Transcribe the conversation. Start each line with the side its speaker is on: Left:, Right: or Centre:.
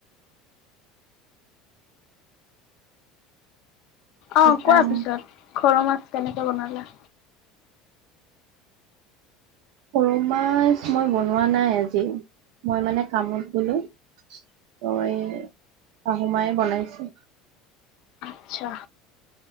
Right: সেইকাৰণে
Left: অ', কোৱা পিছত সৰু মাছ কেনেকে বনালা?
Right: সৰু মাছ মই বনোৱা নাই আজি মই মানে কামত গলোঁ। ত এই শাহুমাই বনাইছে
Left: আচ্ছা